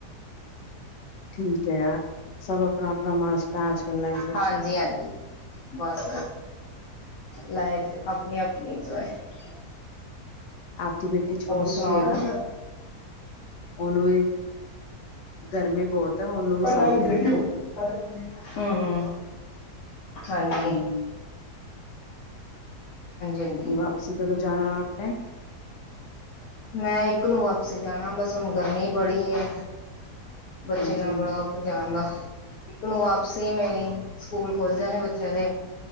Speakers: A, on the left; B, on the left.
A: ਠੀਕ ਹੈ ਯਾਰ ਸਭ ਆਪਣਾ ਆਪਣਾ ਮਸਤ ਆ ਅਜ ਕੱਲ ਲਾਈਫ ਵਿੱਚ।
B: ਹਾਂਜੀ ਹਾਂਜੀ ਬਸ ਲਾਈਫ ਆਪਣੀ ਆਪਣੀ। <unintelligible>
A: ਆਪਦੀ ਬੇਟੀ ਛੋਟੀ
B: ਹੋਰ ਸੁਣਾਓ?
A: ਜਿਹੀ ਹੈ ਨਾ ਉਹਨੂੰ ਵੀ ਗਰਮੀ ਬਹੁਤ ਹੈ ਉਹਨੂੰ ਵੀ
B: ਬਟ
A: ਸਾਂਭ
B: ਆਈ <unintelligible>
A: ਕੇ ਰੱਖਿਓ
B: ਹੂੰ, ਹਾਂਜੀ।
A: ਹਮ
B: ਹਾਂਜੀ
A: ਵਾਪਸੀ ਕਦੋਂ ਜਾਣਾ ਆਪ ਨੇ?
B: ਮੈਂ ਇੱਕ ਨੂੰ ਵਾਪਸੀ ਜਾਣਾ ਬਸ ਹੁਣ ਗਰਮੀ ਬੜੀ ਹੇ। ਬੱਚੇ
A: ਹਾਂਜੀ
B: ਨਾਲ ਬੜਾ <unintelligible> ਜਾਣਦਾ। ਇੱਕ ਨੂੰ ਵਾਪਸੀ ਮੇਰੀ ਸਕੂਲ ਖੁੱਲ ਜਾਣੇ ਬੱਚਿਆਂ ਦੇ